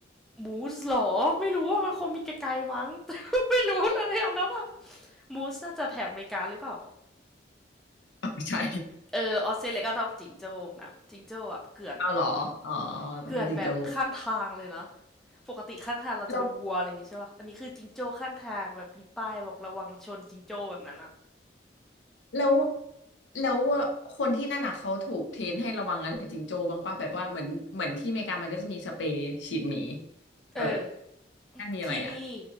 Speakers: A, in the centre; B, on the left.
A: มูสหรอไม่รู้ว่ามันคงมีไกลๆมั้ง <laughs> ไม่รู้เลยอ่ะแล้วอะมูสน่าจะแถบอเมริกาหรือเปล่า
B: ไม่ <laughs> ใช่
A: เออออสเตรเลียก็ต้องจิงโจ้นะจิงโจ้แบบเกลื่อนอะ
B: เอาเหรออ๋อแล้วไม่ติงโจ
A: เกลื่อนแบบข้างทางเลยนะปกติข้างทางเราจะเป็นวัวอะไรอย่างงี้ใช่ป่ะอันนี้คือจิงโจ้ข้างทางแบบมีป้ายบอกระวังชนจิงโจ้แบบนั้นอะ
B: แล้วแล้วแล้วคนที่นั่นอ่ะเขาถูกเทรนให้ระวังอะไรจิงโจ้บ้างป่ะแบบว่าเหมือนเหมือนที่อเมริกามันก็จะมีสเปรย์ฉีดหมีเออ
A: เออ
B: นั่นมีอะไรอ่ะ
A: ที่นี่